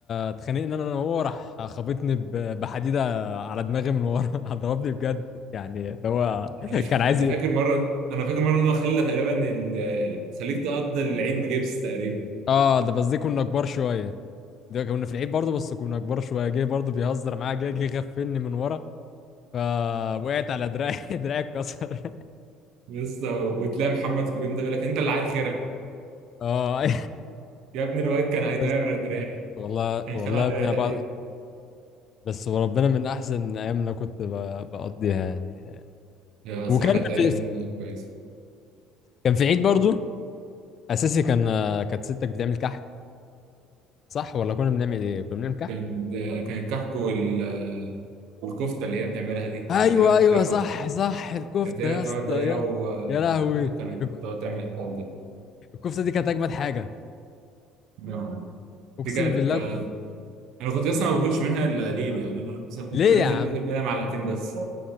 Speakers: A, on the left; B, on the right.
A: اتخانقنا انا أنا وهو راح خبطني ب- بحديده على دماغي من ورا <laughs> ضربني بجد يعني اللي هو
B: انا مش
A: كان
B: انا
A: عايز ي-
B: فاكر مره انا فاكر مره ان هو خلى تقريبا ال- خليك تقضي العيد بجبس تقريبا
A: اه ده بس دي كنا كبار شويه ده كنا في العيد برضه بس كنا كبار شويه جه برضه بيهزر معايا جه جه غفلني من ورا فوقعت على دراعي <laughs> دراعي اتكسر
B: لسه وتلاقي محمد في اليوم ده يقول لك انت اللي عيل خرع
A: اه <laughs>
B: يا ابني الواد كان هيطير
A: بس
B: دراعي
A: والله
B: كان
A: والله
B: خلع دراعي
A: يا ابني
B: تقريبا
A: بعد بس وربنا من احسن ايام اللي أنا كنت ب- بقضيها يعني
B: يا
A: وكان
B: صراحه كانت ايام
A: في
B: كويسه
A: كان في عيد برضو اساسي كان كانت ستك بتعمل كحك صح ولا كنا بنعمل ايه كنا بنعمل كحك
B: كان كان الكحك وال والكفته اللي هي بتعملها دي
A: ايوه
B: اللي هي في
A: ايوه
B: الجامعه
A: صح صح الكفته
B: كانت هي
A: يا
B: تقعد
A: اسطى
B: هي
A: يا
B: وبدو
A: يا لهوي
B: كانت
A: الك-
B: تقعد تعمل الكلام ده
A: الكفته دي كانت اجمد حاجه
B: نعم.
A: اقسم
B: دي كانت
A: بالله ك-
B: انا كنت اصلا ما باكلش منها الا قليل يعني انا مثلا ممكن
A: ليه
B: انزل
A: يا عم
B: اكل منها معلقتين بس